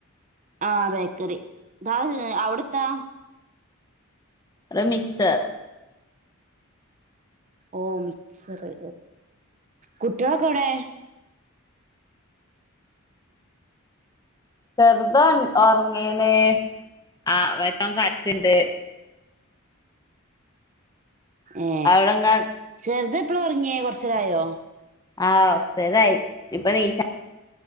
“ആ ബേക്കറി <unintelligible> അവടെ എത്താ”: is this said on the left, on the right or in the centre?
Right